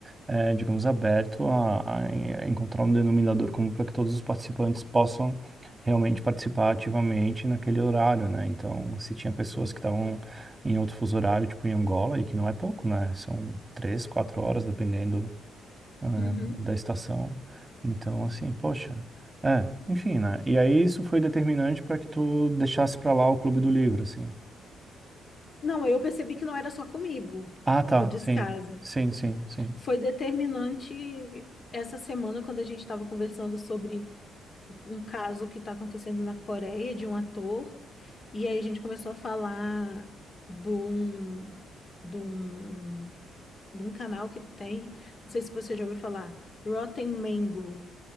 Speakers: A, on the right; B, on the left.
A: eh, digamos, aberto a, a en- a encontrar um denominador comum para que todos os participantes possam realmente participar ativamente naquele horário, né? Então, se tinha pessoas que estavam em outro fuso horário, tipo em Angola, e que não é pouco, né? São três, quatro horas, dependendo, ah,
B: Uhum.
A: da estação. Então, assim, poxa. É, enfim, né? E aí isso foi determinante para que tu deixasse para lá o Clube do Livro, assim.
B: Não, aí eu percebi que não era só comigo
A: Ah, tá.
B: o descaso.
A: Sim. Sim, sim, sim.
B: Foi determinante essa semana quando a gente estava conversando sobre um caso que está acontecendo na Coreia de um ator. E aí a gente começou a falar de um, de um de um canal que tem, não sei se você já ouviu falar, Rotten Mango